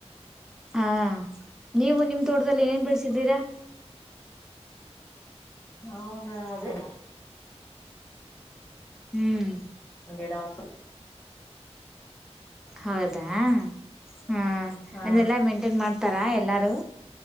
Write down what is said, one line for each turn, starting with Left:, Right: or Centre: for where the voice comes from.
Centre: ಹಾ ನೀವು ನಿಮ ತೋಟದಲ್ಲಿ ಏೇನ್ ಬೆಳ್ಸಿದ್ದೀರಾ
Left: ನೌನ್ ಅದೇ
Centre: ಹ್ಮ್
Left: ಗಿಡ ಹಚ್ಚು
Centre: ಹೌದಾ ಹ
Left: ಹಾ
Centre: ಅೆಲ್ಲಾ ಮೇಂಟೈನ್ ಮಾಡ ಹತಾರಾ ಎಲ್ಲಾರು